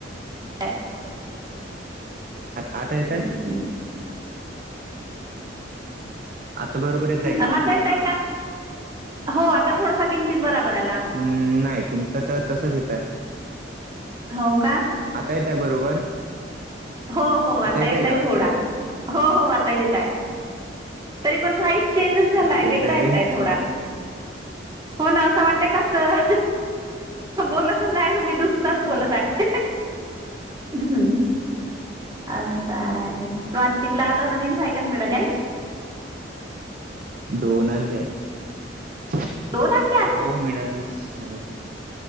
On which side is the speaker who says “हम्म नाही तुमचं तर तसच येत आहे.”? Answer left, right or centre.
Right